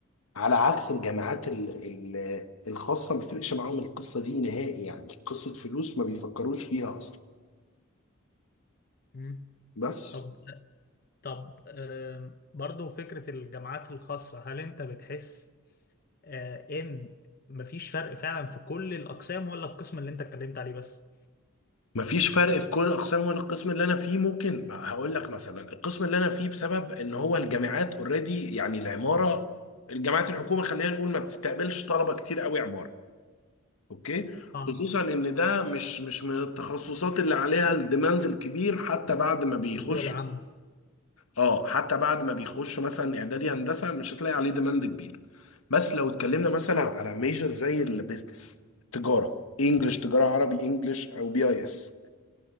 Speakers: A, on the left; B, on the left.
A: على عكس الجامعات ال- ال- الخاصه ما بيفرقش معاهم القصه دي نهائي يعني قصه فلوس ما بيفكروش فيها اصلا
B: مم.
A: بس
B: طب طب آم، برضو فكرة الجامعات الخاصة هل انت بتحس آه، ان مفيش فرق فعلا في كل الاقسام ولا القسم اللي انت اتكلمت عليه بس
A: مفيش فرق في كل الاقسام ولا القسم اللي انا فيه ممكن هقول لك مثلا القسم اللي انا فيه بسبب ان هو الجامعات اوريدي يعني العماره الجامعات الحكومه خلينا نقول ما بتستقبلش طلبه كتير قوي عماره اوكي
B: اه
A: خصوصا ان ده مش مش من التخصصات اللي عليها الديماند الكبير حتى بعد ما بيخش
B: في سوق العمل
A: اه حتى بعد ما بيخشوا مثلا اعدادي هندسه مش هتلاقي عليه ديماند كبير بس لو اتكلمنا مثلا على ميجر زي البيزنس التجاره انجلش تجاره عربي انجلش او بي اي اس